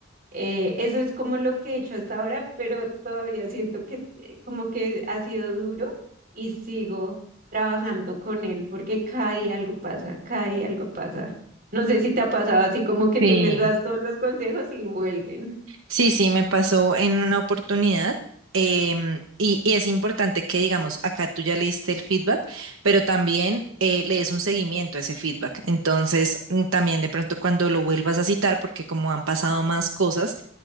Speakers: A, on the right (about 50°); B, on the right (about 85°).
A: Eh, eso es como lo que he hecho hasta ahora, pero todavía siento que eh, como que ha sido duro y sigo trabajando con él porque cada día algo pasa, cada día algo pasa. No sé si te ha pasado así como que
B: Sí,
A: tú les das todos los consejos y vuelven.
B: sí, sí, me pasó en una oportunidad. em, y, y es importante que, digamos, acá tú ya leíste el feedback, pero también eh, le des un seguimiento a ese feedback. Entonces, mm, también de pronto cuando lo vuelvas a citar, porque como han pasado más cosas,